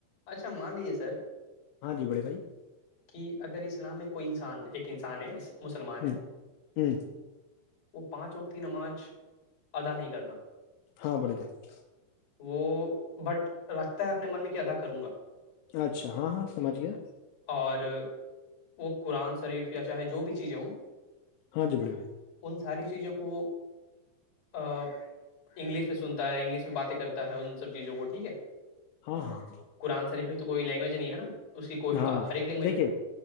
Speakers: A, on the left (about 40°); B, on the left (about 80°).
A: اچھا مان لیجیے سر
B: ہاں جی بڑے بھائی
A: کہ اگر اسلام میں کوئی انسان ایک انسان ہے اس مسلمان
B: ہ
A: ہے
B: ہ
A: وہ پانچ وقت کی نماز ادا نہیں کرتا
B: ہاں بڑے بھائی
A: وہ بٹ لتا ہے اپنے من میں کیا ادا کروں گا
B: اچھا ہاں ہاں سمجھ گیا
A: اور وہ قرآن شریف یا چاہے جو بھی چیزیں ہوں
B: ہاں جی بڑے بھائی
A: ان ساری چیزوں کو انگلش میں سنتا ہے انگلش میں باتیں کرتا ہے ان سب چیزوں کو ٹھیک ہے
B: ہاں ہاں
A: قرآن شریف تو کوئی لینگویج نہیں ہے نا اس کی کوئی بھی
B: ہاں
A: ہر ایک لینگویج
B: دیکھیے
A: ہے